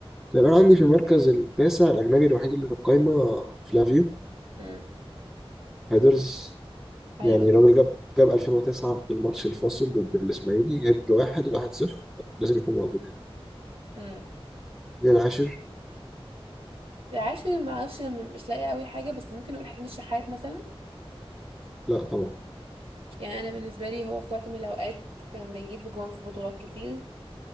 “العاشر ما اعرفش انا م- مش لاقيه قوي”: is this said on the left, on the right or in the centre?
Right